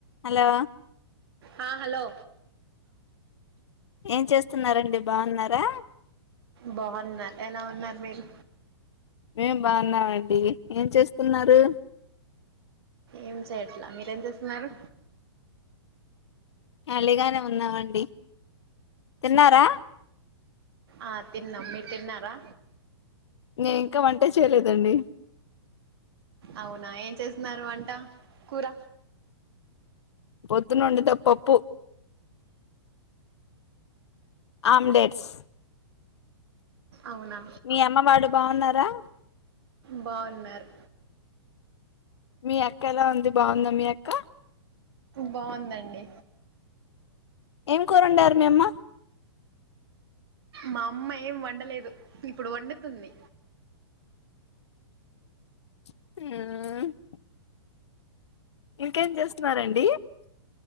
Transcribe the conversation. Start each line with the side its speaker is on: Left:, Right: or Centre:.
Left: Hello
Right: ఆ hello
Left: ఏం చేస్తున్నారండి బావున్నారా
Right: బావున్నా ఎలా ఉన్నారు మీరు
Left: మేం బావున్నామండి ఏం చేస్తున్నారు
Right: ఏం చేయట్లా మీరేం చేస్తున్నారు
Left: ఎళ్ళిగానే ఉన్నామండి తిన్నారా
Right: ఆ తిన్నాం మీరు తిన్నారా
Left: నే ఇంకా వంటే చేయలేదండి
Right: అవునా ఏం చేస్తున్నారు వంట కూర
Left: పొద్దున ఒండుతా పప్పు ఆమ్డెట్స్
Right: అవునా
Left: మీ అమ్మ వాళ్ళు బావున్నారా
Right: బావున్నార్
Left: మీ అక్క ఎలా ఉంది బావుందా మీ అక్క
Right: బావుందండి
Left: ఏం కూరొండారు మీ అమ్మ
Right: మా అమ్మ ఏం వండలేదు ఇప్పుడు వండుతుంది
Left: ఊ ఇంకేం చేస్తున్నారండి